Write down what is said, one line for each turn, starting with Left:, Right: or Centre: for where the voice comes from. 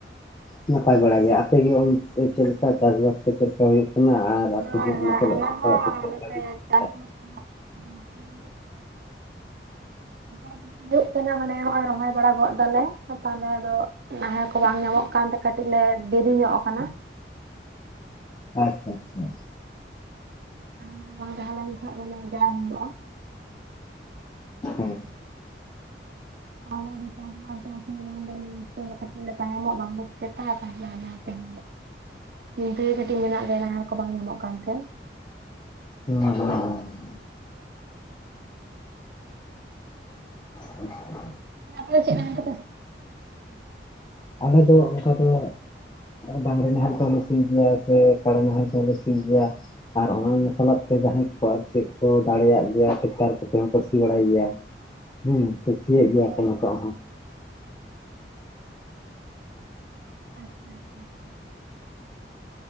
Left: ᱱᱟᱯᱟᱭ ᱵᱟᱲᱟ ᱜᱮᱭᱟ, ᱟᱯᱮ ᱜᱮ ᱚᱱᱛᱮ ᱪᱮᱫ ᱞᱮᱠᱟ ᱪᱟᱥᱵᱟᱥ ᱠᱚ ᱪᱮᱫ ᱞᱮᱠᱟ ᱦᱩᱭᱩᱜ ᱠᱟᱱᱟ ᱟᱨ
Right: <inaudible>
Left: ᱟᱯᱮ ᱦᱚᱸ ᱚᱱᱟ ᱥᱟᱞᱟᱜ ᱥᱟᱞᱟᱜ ᱛᱮ ᱪᱮᱫ ᱞᱮᱠᱟ ᱢᱮᱱᱟᱜ ᱟᱪᱪᱷᱟ <inaudible>
Right: <inaudible> ᱦᱩᱭᱩᱜ ᱠᱟᱱᱟ ᱢᱟᱱᱮ ᱱᱚᱜᱼᱚᱸᱭ ᱨᱚᱦᱚᱭ ᱵᱟᱲᱟ ᱜᱚᱫ ᱫᱟᱞᱮ, ᱜᱟᱯᱟ ᱢᱮᱭᱟᱝ ᱫᱚ ᱱᱟᱦᱮᱞ ᱠᱚ ᱵᱟᱝ ᱧᱟᱢᱚᱜ ᱠᱟᱱᱛᱮ ᱠᱟᱹᱴᱤᱡ ᱞᱮ ᱫᱤᱨᱤᱧᱚᱜ ᱟᱠᱟᱱᱟ᱾
Left: ᱟᱪᱪᱷᱟ ᱟᱪᱪᱷᱟ᱾
Right: ᱱᱟᱦᱮᱞ ᱵᱟᱝ ᱛᱟᱦᱮᱸ ᱞᱮᱱ ᱠᱷᱟᱡ ᱢᱟᱱᱮ ᱡᱟ ᱦᱩᱭᱩᱜᱼᱟ᱾
Left: ᱦᱩᱸ
Right: <inaudible>
Left: <inaudible>
Right: ᱪᱤᱱᱛᱟ. ᱨᱮ ᱠᱟᱹᱴᱤᱡ ᱢᱮᱱᱟᱜ ᱞᱮᱭᱟ ᱱᱟᱦᱮᱞ ᱠᱚ ᱵᱟᱝ ᱧᱟᱢᱚᱜ ᱠᱟᱱᱛᱮ᱾
Left: <inaudible> <inaudible>
Right: <inaudible> ᱥᱤ ᱜᱮᱭᱟ᱾
Left: ᱟᱞᱮ ᱫᱚ ᱚᱱᱠᱟ ᱫᱚ ᱰᱟᱝᱨᱤ ᱱᱟᱦᱮᱞ ᱛᱮᱦᱚᱸ ᱞᱮ ᱥᱤ ᱜᱮᱭᱟ ᱥᱮ ᱠᱟᱰᱟ ᱱᱟᱦᱮᱞ ᱛᱮᱦᱚᱸ ᱞᱮ ᱥᱤ ᱜᱮᱭᱟ᱾ ᱟᱨ ᱚᱱᱟ ᱥᱟᱞᱟᱜ ᱛᱮ ᱡᱟᱸᱦᱟᱸᱭ ᱠᱚ ᱟᱨ ᱪᱮᱫ ᱠᱚ ᱫᱟᱲᱮᱭᱟᱜ ᱜᱮᱭᱟ ᱴᱮᱠᱴᱟᱨ ᱠᱚᱛᱮ ᱦᱚᱸ ᱠᱚ ᱥᱤ ᱵᱟᱲᱟᱭ ᱜᱮᱭᱟ᱾ ᱦᱩᱸ ᱥᱤᱭᱮ ᱜᱮᱭᱟ
Right: ᱦᱳᱭ ᱦᱳᱭ
Left: ᱠᱚ ᱱᱤᱛᱚᱜ ᱦᱚᱸ᱾
Right: <inaudible>